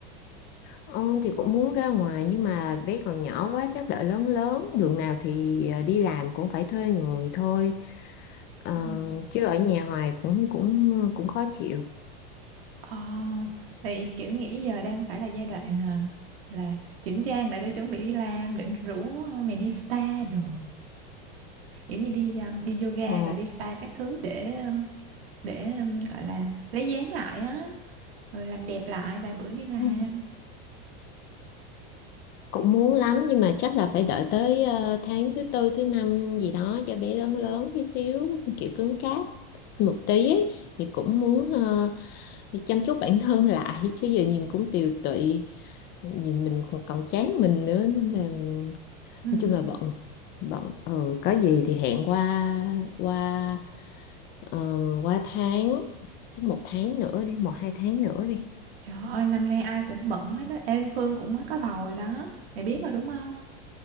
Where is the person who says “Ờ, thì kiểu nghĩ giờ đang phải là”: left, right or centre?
Right